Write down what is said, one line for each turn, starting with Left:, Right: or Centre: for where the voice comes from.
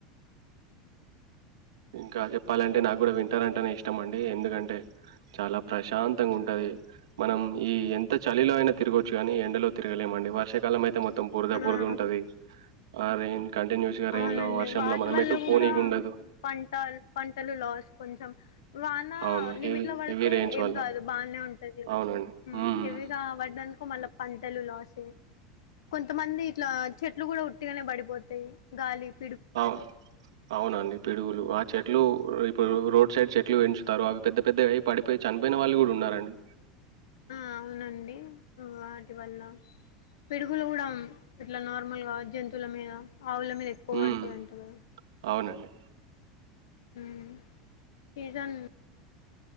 Right: ఇంకా చెప్పాలంటే నాకు కూడా వింటర్ అంటేనే ఇష్టం అండి ఎందుకంటే చాలా ప్రశాంతంగా ఉంటది మనం ఈ ఎంత చలిలో అయిన తిగవచ్చుగా ఎండలో తిరగలేమండి వర్ష కాలం అయితే మొత్తం బురుదా
Left: ఆ!
Right: బురుద ఉంటది ఆరం కంటిన్యూస్ గా రెన్
Left: అవునండి
Right: లో వర్షంలో
Left: వాటి
Right: మనం
Left: వల్ల
Right: ఎటు పోనీగా
Left: కూడా
Right: ఉండదు
Left: పంట పంటలు లాస్ కొంచెం వాన
Right: అవును హెవీ
Left: లిమిట్ లో పడితే
Right: హెవీ రెయిన్స్
Left: ఏం
Right: వల్ల
Left: కాదు బాగానే ఉంటంది
Right: అవునండి. హ్మ్
Left: హెవీగా పడ్డానుకో మళ్ళా పంటలు లాసే కొంతమంది ఇట్లా చెట్లు కూడా ఉట్టిగానే పడిపోతాయి గాలిబ్
Right: అవు అవునండి పిడుగులు ఆ చెట్ ట్లు ఇప్పుడు రోడ్ సైడ్ చెట్లు పెంచుతారు అవి పెద్ద పెద్ద అయి పడిపోయి చనిపోయిన వాళ్ళు కూడా ఉన్నారండి
Left: ఆ అవునండి వాటి వల్ల పిడుగులు కూడా ఇట్లా నార్మల్ గా జంతువుల మీద ఆవుల మీద ఎక్కువ
Right: హ్మ్
Left: వడుతాయింటాయి కదా
Right: అవునండి.
Left: హుమ్ సీజన్